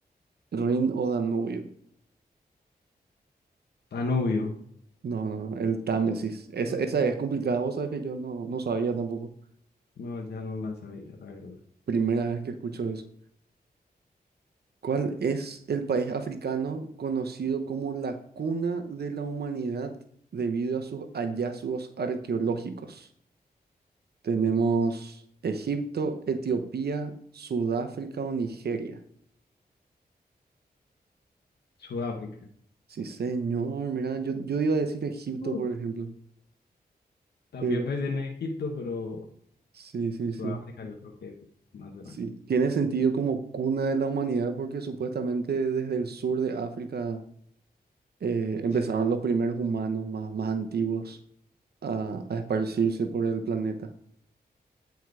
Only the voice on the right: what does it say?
Rin o Danubio?
No, el Támesis. Esa,
esa
es complicada, vos sabés que yo no, no sabía tampoco.
Primera vez que escucho eso. ¿Cuál es el país africano conocido como la cuna de la humanidad debido a sus hallazgos arqueológicos? Tenemos Egipto, Etiopía, Sudáfrica o Nigeria.
Sí, señor, mira, yo, yo iba a decir Egipto,
por ejemplo,
pero
sí, sí,
sí.
Sí, tiene sentido como cuna de la humanidad porque supuestamente desde el sur de África eh, empezaron
los primeros humanos más, más antiguos a, a esparcirse por el planeta.